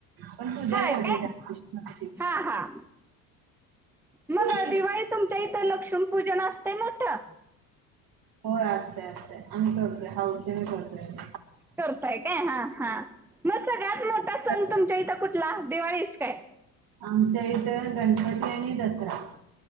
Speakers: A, on the right (about 50°); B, in the centre.
A: पण पुजा
B: हाय
A: करते,
B: काय
A: त्या दिवशी तुळशीची.
B: हा हा मग
A: तुळशीची
B: दिवाळीत तुमच्या इथं लक्ष्मीपूजन असतय मोठं,
A: होय <inaudible> असतय असतय आम्ही करतोय हौसेन करतोय.
B: करतय काय हा हा मग सगळ्यात मोठा सण
A: तर
B: तुमच्या इथं कुठला दिवाळीच काय?
A: आमच्या इथ गणपती आणि दसरा